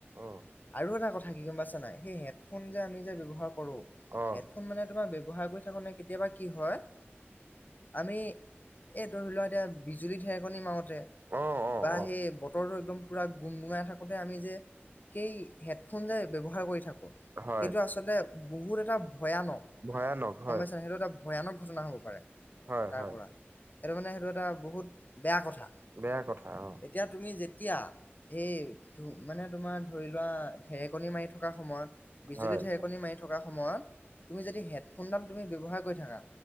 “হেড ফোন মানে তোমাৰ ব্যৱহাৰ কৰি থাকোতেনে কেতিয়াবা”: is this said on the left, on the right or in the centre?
Left